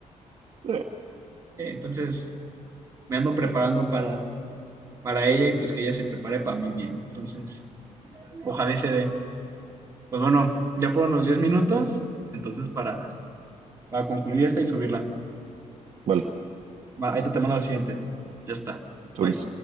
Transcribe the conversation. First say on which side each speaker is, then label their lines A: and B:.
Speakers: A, on the right; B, on the right.
A: Eh,
B: Eh, entonces me ando preparando para, para ella y pues que ella se prepare para mí bien. Entonces, ojalá y se dé. Pues bueno, ya fueron los 10 minutos. Entonces, para, para concluir esta y subirla.
A: vale,
B: Va, ahí te te mando la siguiente. Ya está.
A: sobre
B: Bye.